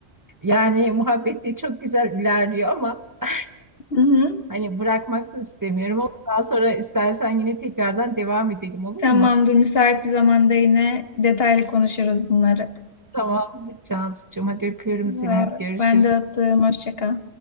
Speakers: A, on the right; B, on the left.
A: Yani muhabbet de çok güzel ilerliyor ama <laughs>
B: Hı hı.
A: hani bırakmak da istemiyorum ama daha sonra istersen yine tekrardan devam edelim olur
B: Tamamdır,
A: mu?
B: müsait bir zamanda yine detaylı konuşuruz bunları.
A: Tamam Cansucuğum hadi öpüyorum
B: Ya,
A: seni. Hadi görüşürüz.
B: Ben de öptüm, hoşça kal.